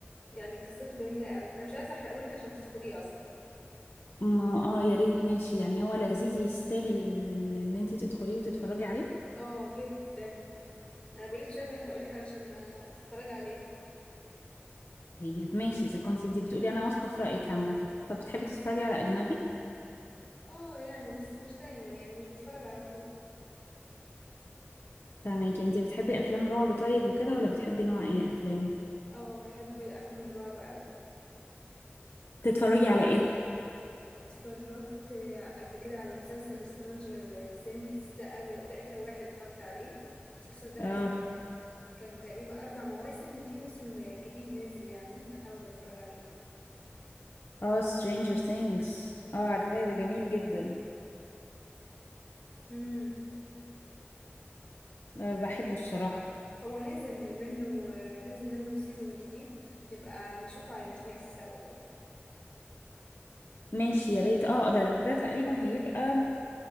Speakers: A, on the left (about 30°); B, on the left (about 65°).
A: يعني قصته جميلة قوي أنا مش عايزة أحرقهولك عشان تدخليه أصلا
B: ما اه يا ريت ماشي يعني هو لذيذ يستاهل ان ان ان انتي تدخليه وتتفرجي عليه
A: اه جدا أنا بقولك مش عايزة أحرقهولك علشان ما تتفرجي عليه
B: طيب ماشي اذا كنت انتي بتقولي انا واثقة في رأيك عامة طب بتحبي تتفرجي على اجنبي
A: اه يعني بس مش دايما يعني مش بتفرج على طول
B: فاهمك انتي بتحبي افلام رعب طيب وكده ولا بتحبي نوع ايه افلام
A: اه بحب الافلام الرعب قوي
B: تتفرجي على ايه
A: اتفرجت قبل كده على مسلسل سترانجر سينكس ده أول ده اخر واحد اتفرجت عليه المسلسل ده كان
B: اه
A: كان تقريبا اربع مواسم وفي موسم جديد نازل يعني بحاول اتفرج عليه
B: اه Stranger Things اه عارفاه ده جميل جدا
A: امم
B: أه بحبه الصراحة
A: هو نازل منه نازل منه سيزون جديد نبقى نشوفه على نتفليكس سوا برضه
B: ماشي يا ريت اه ده ده تقريبا هيبقى